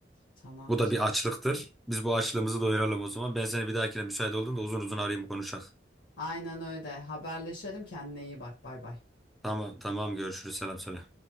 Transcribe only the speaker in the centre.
Bu da bir açlıktır. Biz bu açlığımızı doyuralım o zaman. Ben seni bir dahakine müsait olduğumda uzun uzun arayayım konuşak.
Tamam tamam görüşürüz. Selam söyle.